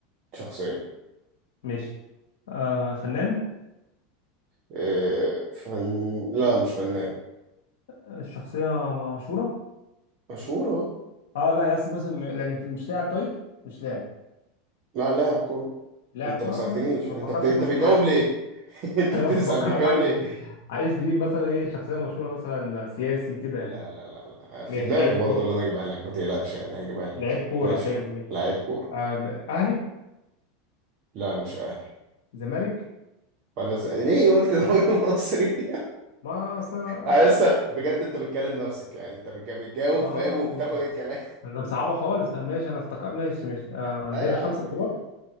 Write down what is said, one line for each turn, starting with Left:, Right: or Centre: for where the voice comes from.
Right: شخصيه
Left: ماشي آه فنان
Right: آه، فن لا مش فنان
Left: الشخصية م- مشهورة
Right: مشهور اه
Left: اه لا يا أسطى مثلا م- لا، مش مش لاعب طيب مش لاعب
Right: لا لاعب كورة
Left: لاعب
Right: انت
Left: كرة
Right: ما سألتنيش
Left: اه ماشي أنا
Right: انت
Left: فكرتك
Right: بت... انت
Left: مثلا
Right: بتجاوب
Left: عايز تجيب
Right: ليه <laughs> انت
Left: <laughs> أنا
Right: بتسأل
Left: فكرك
Right: بتجاوب
Left: عايز
Right: ليه
Left: عايز تجيب مثلا ايه شخصية مشهورة مثلا سياسي كده
Right: لا
Left: يعني
Right: لا لا لا في
Left: ماشي
Right: دماغي
Left: لعيب
Right: برضه
Left: كورة
Right: اللي انا اجيبها لك ما تقلقش يعني هجيبها لك
Left: لعيب كورة
Right: ماشي
Left: حلو
Right: اه
Left: ماشي
Right: لعيب كورة
Left: آه ب- أهلي
Right: لا مش اهلي
Left: زمالك
Right: فانا ز... ليه قلت دوري <laughs> مصري
Left: ما أصلا
Right: انا لسه بجد انت بتكلم نفسك يعني انت بتج- بتجاوب
Left: اه
Right: فاهم وبتاخد الكلام
Left: ده مصعبه خالص لا ماشي انا افتكر ماشي ماشي آه
Right: <laughs> لا
Left: عندنا
Right: يا
Left: الخمسه
Right: عم
Left: الكبار
Right: ليه يا عم؟